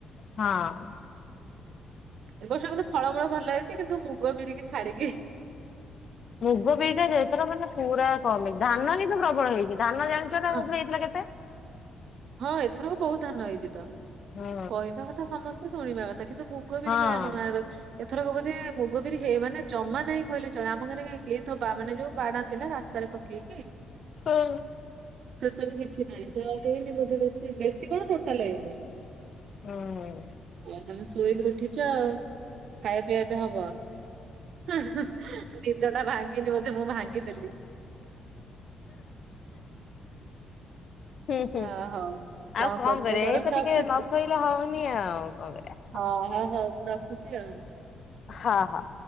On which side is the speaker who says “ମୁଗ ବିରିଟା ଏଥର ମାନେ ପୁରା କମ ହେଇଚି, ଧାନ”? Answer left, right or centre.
Left